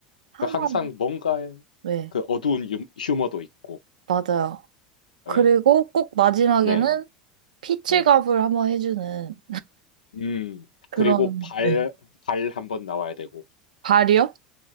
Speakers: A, on the right; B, on the left.
A: 항상
B: 항상 뭔가의
A: 네,
B: 그 어두운 유- 휴머도 있고,
A: 맞아요. 그리고
B: 예.
A: 꼭 마지막에는
B: 네.
A: 피칠갑을
B: 음.
A: 한번 해주는
B: 음,
A: 그런
B: 그리고 발,
A: 네.
B: 발 한번 나와야 되고.
A: 발이요?